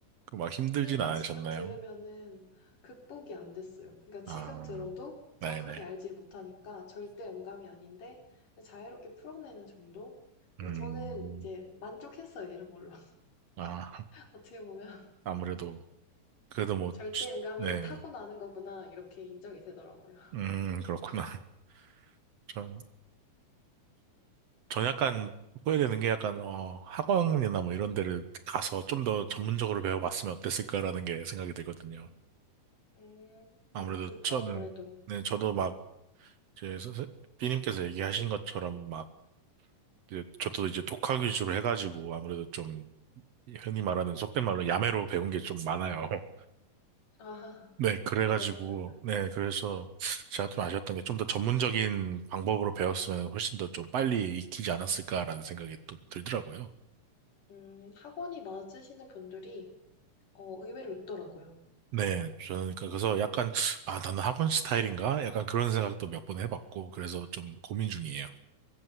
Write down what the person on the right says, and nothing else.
그 막 힘들진
않으셨나요?
아
네네.
음.
아
아무래도 그래도 뭐
치-
네.
음, 그렇구나. <laughs> 전, 전 약간 후회되는 게 약간, 어, 학원이나 뭐 이런 데를 가서 좀 더 전문적으로 배워봤으면 어땠을까라는 게 생각이 들거든요.
아무래도
저는,
네, 저도 막, 이제, 선생- B님께서 얘기하신 것처럼 막, 이제 저도 이제 독학 위주로 해가지고 아무래도 좀, 흔히 말하는 속된 말로 야매로 배운 게 좀 많아요. <laughs>
네, 그래가지고,
네, 그래서 제가 좀 아쉬웠던 게 좀 더 전문적인 방법으로 배웠으면 훨씬 더 좀 빨리 익히지 않았을까라는 생각이 또 들더라고요.
네, 저는 그러니까 그래서 약간 아 나는 학원 스타일인가? 약간 그런 생각도 몇 번 해봤고 그래서 좀 고민 중이에요.